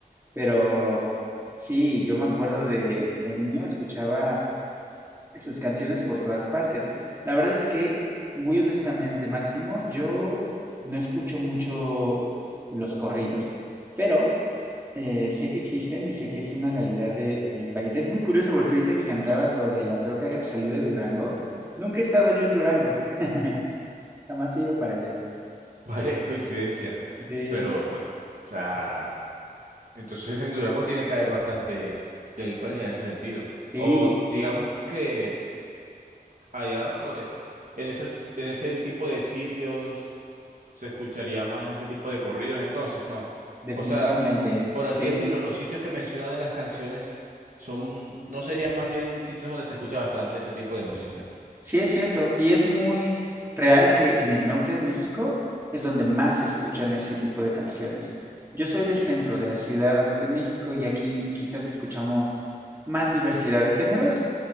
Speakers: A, on the right (about 15°); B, on the right (about 60°).
A: Pero sí, yo me acuerdo de, de niño, escuchaba sus canciones por todas partes. La verdad es que, muy honestamente, Máximo, yo no escucho mucho los corridos, pero eh, sé que existen y sé que es una realidad de, de mi país. Es muy curioso porque ahorita que cantabas lo de la troca salió de Durango, nunca he estado yo en Durango, <laughs> jamás he ido para allá.
B: <laughs> Vaya, qué coincidencia.
A: Sí,
B: Pero, pues, o sea, entonces en Durango tiene que haber bastante delincuencia en ese sentido.
A: sí,
B: O digamos que allá, pues, en esos, en ese tipo de sitios. se escucharía más ese tipo de corridos entonces, ¿no?
A: definitivamente,
B: O sea, por
A: sí.
B: así decirlo, los sitios que mencionan en las canciones son, no serían más bien sitios donde se escucha bastante ese tipo de música.
A: Sí, es cierto, y es muy real que en el norte de México es donde más se escuchan ese tipo de canciones. Yo soy del centro de la Ciudad de México y aquí quizás escuchamos más diversidad de géneros,